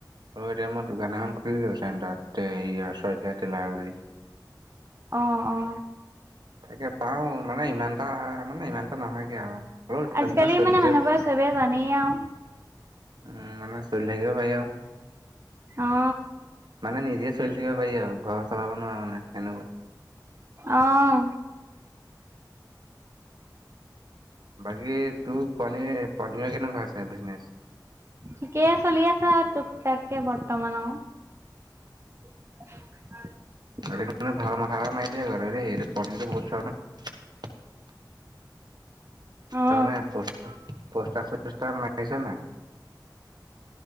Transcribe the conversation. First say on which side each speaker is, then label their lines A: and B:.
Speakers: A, on the right (about 65°); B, on the right (about 35°).
A: আকৌ এতিয়া মই। <unintelligible> দোকান এখন খুলিলো চেণ্টাৰতে হেৰি অ শইকীয়া টেলাৰ বুলি।
B: অ অ।
A: তাকে পাও মানে ইমানটা মানে ইমানটা নহয়গে আৱ। হলো যেন
B: আজিকালি
A: তেনে চলি
B: মানে
A: থাকে।
B: মানুহবোৰে চবেই জানেই আও।
A: উম মানে চলি থাকিব হয় অ।
B: অ
A: মানে নিজে চলি থাকিব পাৰি আউ। ঘৰত চলাব নোৱাৰা মানে সেনেকুৱা
B: আহ।
A: বাকী তোৰ পনীৰ পনীৰ কেনেকুৱা আছে বিজনেচ
B: ঠিকেই চলি আছে আৰু টোকটাককে বৰ্তমানও আৰু <unintelligible> <inaudible>
A: ৰাতিটো ভাল মাথা এটা মাৰিলি এইটো দেই পনিৰটো <unintelligible>
B: অ
A: তামানে পষ্টাখন পষ্টাৰ চচষ্টাৰ মাৰিছে নাই। <unintelligible>